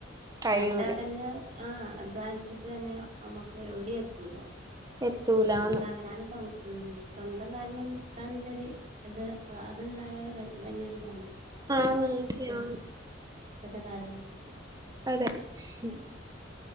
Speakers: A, on the right; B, on the right.
A: കഴിയൂല
B: രണ്ടാൾതന്നെ ആ അധ്വാനിച്ചിട്ട് തന്നെ നമ്മുക്ക് എവിടീം എത്തൂല
A: എത്തൂലാന്ന്
B: അല്ല അവനാന് സ്വം ഉം സ്വന്തം കാലിംമ്മേ നിൽക്കാന്നില്ലൊര് അത് അ അത്ണ്ടായാലും വലിയൊരിതാണ്
A: ആ ചെയ്യാം
B: ഇപ്പത്തെ ഇപ്പത്തെ കാലഘട്ടത്തിൽ
A: അതെ മ്മ്ഹ്